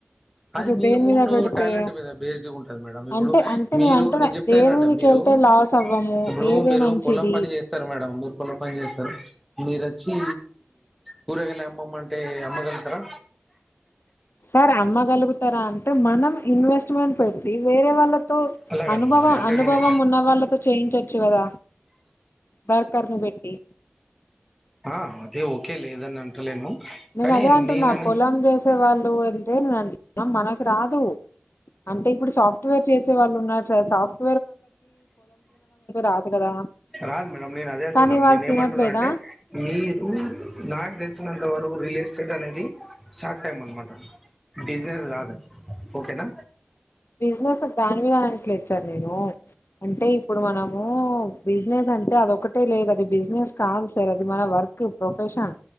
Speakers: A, in the centre; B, on the left (about 65°).
A: అది
B: అసలు
A: మీ
B: దేని
A: ఓన్
B: మీద పెడితే
A: టాలెంట్ మీద బేస్డ్గ ఉంటది మేడం ఇప్పుడు
B: అంటే అంటే
A: మీరు
B: అంటున్నా
A: నేను చెప్తా
B: దేని
A: వినండి
B: మీదకి
A: మీరు
B: వెళ్తే లాస్ అవ్వము
A: ఇప్పుడు
B: ఏవే
A: మీరు
B: మంచిది
A: పొలం పని చేస్ వస్తారు మేడం మీరు కోళ్ల పని చేస్తారు మీరు వచ్చి కూరగాయలు అమ్మమంటే అమ్మగలుగతరా
B: సార్ అమ్మగలుగుతారా అంటే మనం ఇన్వెస్ట్మెంట్ <inaudible> వేరే వాళ్ తో
A: అలా కాదు
B: అనుభవ
A: మేడం అంటే
B: అనుభవం
A: నేను
B: ఉన్న వాళ్ళతో చేయించో చ్చ గదా వర్కర్ను బెట్టి
A: ఆ అదే ఓకే లేదని అంటలేను
B: నేను
A: కానీ
B: అదే అంటున్నా
A: నేనని
B: పొలం చేసే వాళ్ళు ఎంతో నేన్ మనకు రాదు అంటే ఇప్పుడు సాఫ్ట్వేర్ చేసే వాళ్ళు ఉన్నారు సార్ సాఫ్ట్ రాదు కదా
A: రాదు మేడం నేను అదే అంటున్నాం
B: కానీ వాళ్ళు
A: నేను ఏమంటున్నా
B: తినట్లేదా
A: అంటే మీకు నాకు తెలిసినంత త వరకు రియల్ ఎస్టేట్ అనేది షార్ట్ టైమ్ అన్నమాట బిజినెస్ కాదది ఓకేనా
B: బిజినెస్ దానీవే అనట్లేదు సార్ నేను అంటే ఇప్పుడు మనం ఓ బి. జి. నెస్. అంటే అదొక్కటే లేదు అండి బి. జి. నెస్. కామ్ సార్ అది మన work okay profession